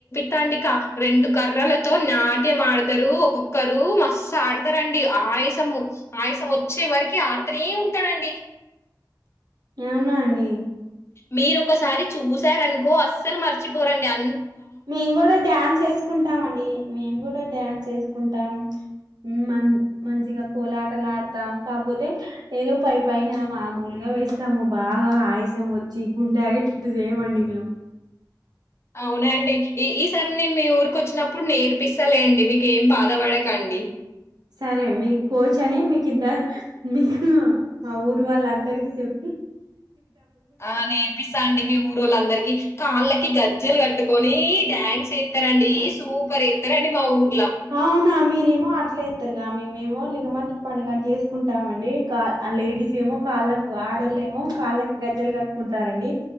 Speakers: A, on the left (about 35°); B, on the right (about 65°).
A: తంకా రెండు కర్రలతో నాట్యమాడతారు ఒక ఒక్కరు మస్ ఆడతారండి ఆయసము ఆయసం వచ్చే వరకి ఆడుతనే ఉంటారండి
B: అవునా అండి
A: మీరు ఒకసారి చూసారనుకో అస్సలు మర్చిపోరండి అ
B: మేము కూడా డ్యాన్స్ వేసుకుంటాం అండి మేము కూడా డ్యాన్స్ వేసుకుంటాం మ మంచిగా కోలాటలు ఆడతాం కాకపోతే ఏదో పై పనా మామూలుగా స్తాము బాగా ఆయసం వచ్చి గుండె ఆగేటట్టు చేయమండి మేము
A: అవునండి ఈ ఈసారి నేను మీ ఊరికి వచ్చినప్పుడు నేర్పిస్తాలే అండి మీకేం బాధపడకండి అండి
B: సరే మీ కోచ్ అని మీకుద్ద మీకు మా ఊరు వాళ్ళందరి చెపి
A: ఆ నేర్పిస్తా అండి మీ ఊరు వాళ్ళ అందరికిీ కాళ్ళ గజ్జలు కట్టుకొని డ్యాన్స్ ఎస్తారండి సూపర్ ఎస్తారండి మా ఊరు
B: అవును అ ఏమో అట్లే ఇస్తారుగా మేమేమో లిగమంత్రి పండుగ అని చేసుకుంటామం లేడీస్ ఏమో కా ళ్ ఆడళ ఏమో కాళ్ళకు గజ్జలు కట్టుకుంటారంండి